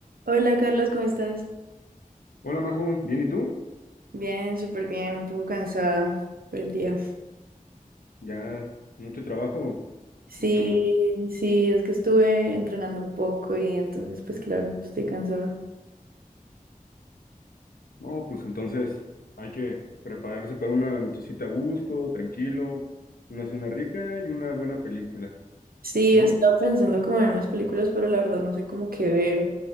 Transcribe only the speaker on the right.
Hola Carlos, ¿cómo estás?
Bien, súper bien, un poco cansada por el día.
Sí,
sí, es que estuve entrenando un poco y entonces pues claro, estoy cansada.
Sí,
estaba pensando como en unas películas, pero la verdad no sé cómo qué ver,